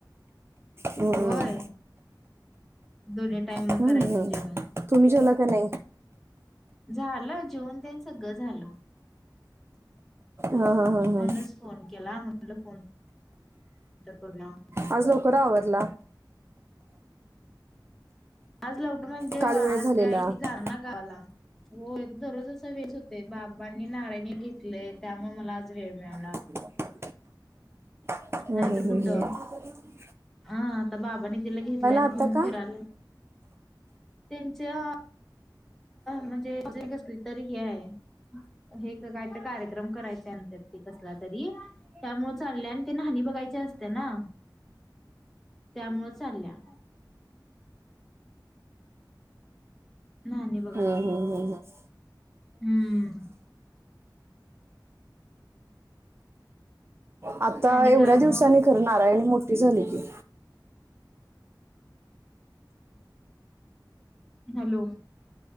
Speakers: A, on the right (about 35°); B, in the centre.
A: हम्म.
B: होय. दोन्ही टाइम
A: हम्म.
B: मग करायचं जेवण.
A: तुम्ही जेवला का नाही?
B: झालं जेऊन तेन सगळं झालं
A: हा हा हा
B: म्हणूनच
A: हा
B: फोन केला म्हणलं फोन तर करूया.
A: आज लवकर आवरल?
B: आज लवकर म्हणजे
A: काल
B: आजी
A: वेळ झालेला हम्म,
B: जाणार ना गावाला. होय. दररोज असा वेळच होतय बाबांनी नारायणी ला घेतले आहे, त्यामुळे मला आज वेळ मिळाला
A: <inaudible> हम
B: नाहीतर
A: ह-
B: कुठं
A: हो- हो.
B: हा आता बाबांनी तिला घेतल्यात
A: आता
B: घेऊन
A: का?
B: फिरायल्यात. त्यांच्या म्हणजे घरी कसली तर हे आहे हे काय कार्यक्रम करायचा आहे, ते कसला तरी त्यामुळे चालले आणि ते नाहानी. बघायच्या असते ना. त्यामुळ चालल्या. न्हाणी बघायला
A: हम्म हम्म हम्म हम्म.
B: हम्म.
A: आता
B: आणि
A: एवढ्या
B: काय
A: दिवसानी
B: मग
A: खरं नारायणी मोठी झाली की.
B: हॅलो.